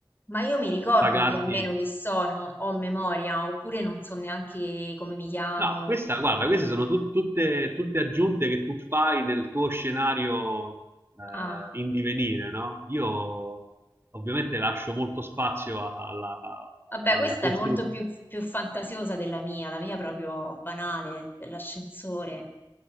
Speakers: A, on the left; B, on the right.
A: ma io mi ricordo
B: pagarti
A: chi almeno chi sono, ho memoria, oppure non so neanche come mi chiamo.
B: No, questa, guarda, queste sono tut- tutte, tutte aggiunte che tu fai nel tuo scenario eh,
A: Ah.
B: in divenire, no? Io ovviamente lascio molto spazio a- alla, a-
A: Vabbè, questa
B: alla costruzione.
A: è molto più, più fantasiosa della mia, la mia è proprio banale, dell'ascensore.